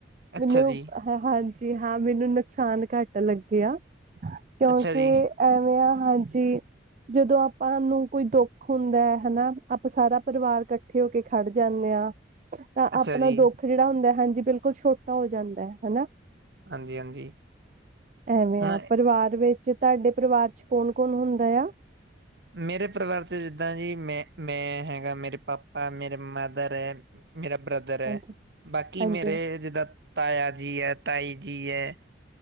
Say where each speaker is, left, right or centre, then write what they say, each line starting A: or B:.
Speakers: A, on the right; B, on the right.
A: ਅੱਛਾ
B: ਮੈਨੂੰ
A: ਜੀ,
B: ਹਾਂਜੀ ਹਾਂ ਮੈਨੂੰ ਨੁਕਸਾਨ ਘੱਟ ਲੱਗੇ ਆ ਕਿਉਂਕਿ
A: ਅੱਛਾ ਜੀ,
B: ਐਵੇਂ ਆ ਹਾਂਜੀ ਜਦੋਂ ਆਪਾਂ ਨੂੰ ਕੋਈ ਦੁੱਖ ਹੁੰਦਾ ਹੈ ਹਨਾ ਆਪਾਂ ਸਾਰਾ ਪਰਿਵਾਰ ਇਕੱਠੇ ਹੋ ਕੇ ਖੜ ਜਾਂਦੇ ਹਾਂ ਤਾਂ
A: ਅੱਛਾ
B: ਆਪਣਾ
A: ਜੀ,
B: ਦੁੱਖ ਜਿਹੜਾ ਹੁੰਦਾ ਹਾਂਜੀ ਬਿਲਕੁਲ ਛੋਟਾ ਹੋ ਜਾਂਦਾ ਹਨਾ
A: ਹਾਂਜੀ, ਹਾਂਜੀ।
B: ਐਵੇਂ
A: ਹੁਣ
B: ਆ ਪਰਿਵਾਰ ਵਿੱਚ ਜ ਤੁਹਾਡੇ ਪਰਿਵਾਰ ਚ ਕੌਣ ਕੌਣ ਹੁੰਦਾ ਆ
A: ਮੇਰੇ ਪਰਿਵਾਰ ਚ ਜਿੱਦਾਂ ਜੀ ਮੈਂ ਮੈਂ ਹੈਗਾ ਮੇਰੇ ਪਾਪਾ ਮੇਰੇ ਮਦਰ ਹੈ ਮੇਰਾ ਬ੍ਰਦਰ ਹੈ
B: ਹਾਂਜੀ
A: ਬਾਕੀ
B: ਹਾਂਜੀ
A: ਮੇਰੇ ਜਿੱਦਾਂ ਤਾਇਆ ਜੀ ਹੈ ਤਾਈ ਜ ਹੈ